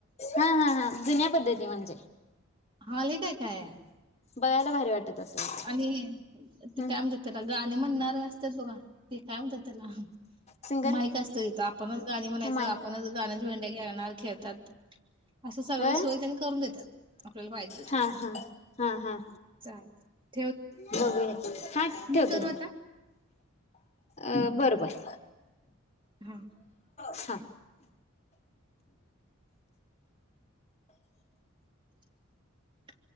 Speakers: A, on the left; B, on the right.
A: हा हा हा जुन्या पद्धती म्हणजे
B: हा लई काय काय आहे.
A: बघायला भारी वाटत असेल
B: आणि ती काय
A: हम्म
B: म्हणत्यात त्याला गाणी म्हणणार. असतात बघा ते काय म्हणतात त्याला
A: सिंगर
B: माईक असतोय तिथं आपणच गाणी म्हणायचं
A: माहित
B: आपणच गाण्याच भेंड्या खेळणार खेळतात असे सगळे
A: होय
B: सोयी त्यांनी करून देतात. आपल्याला पाहिजे ते.
A: हा हा हा हा
B: चालतय
A: बघूया की हा ठेवतो
B: करू आता
A: दम अ बर बर
B: हा
A: हा
B: <inaudible> <inaudible>